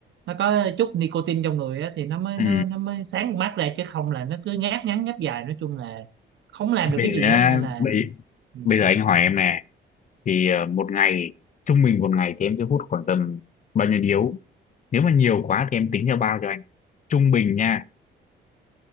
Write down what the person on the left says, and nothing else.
ừ.
Thế
bây
giờ, nhá,
bây,
bây giờ anh hỏi em nè, thì ờ, một ngày, trung bình một ngày thì em sẽ hút khoảng tầm bao nhiêu điếu? Nếu mà nhiều quá thì em tính theo bao cho anh. Trung bình nha,